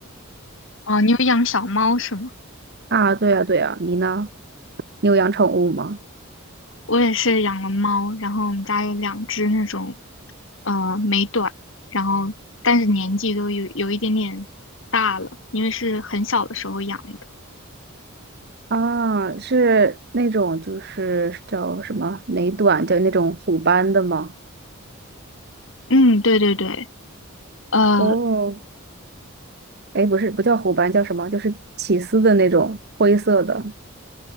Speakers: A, on the left (about 60°); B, on the right (about 50°).
A: 哦，你有养小猫是吗？
B: 啊，对呀，对呀，你呢？你有养宠物吗？
A: 我也是养了猫，然后我们家有两只那种呃美短，然后但是年纪都有有一点点大了，因为是很小的时候养的。
B: 啊，是那种就是叫什么美短，就那种虎斑的吗？
A: 嗯，对对对。呃，
B: 哦，哎，不是，不叫虎斑，叫什么？就是起司的那种灰色的。